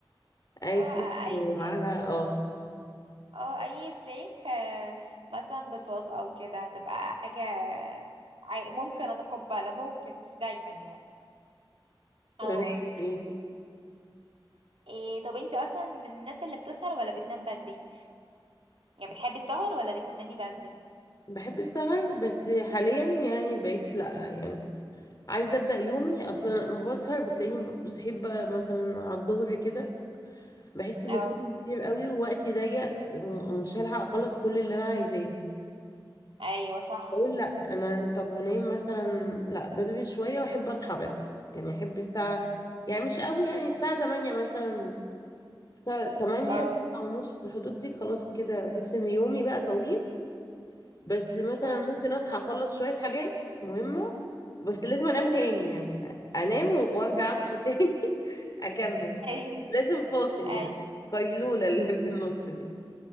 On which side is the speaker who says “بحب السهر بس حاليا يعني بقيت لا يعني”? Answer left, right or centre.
Left